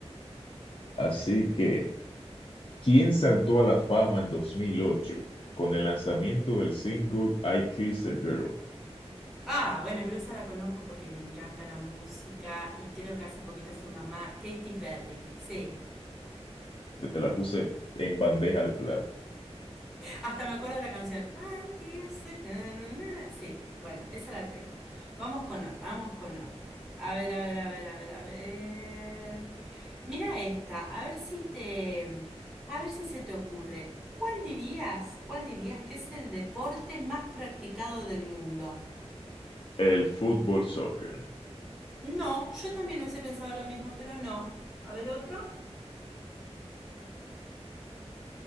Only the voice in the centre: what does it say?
Ah, bueno, pero esa la conozco porque me encanta la música y creo que hace poquito fue mamá Katy Perry, sí.
Hasta me acuerdo de la canción. Ay, que eso, na, na, na, Sí, bueno, esa la tengo. Vamos con otra, vamos con otra. A ver, a ver, a ver, a ver, a ver. Mira esta, a ver si te, a ver si se te ocurre. ¿Cuál dirías, cuál dirías que es el deporte más practicado del mundo?
No, yo también hubiese pensado lo mismo, pero no. A ver otro.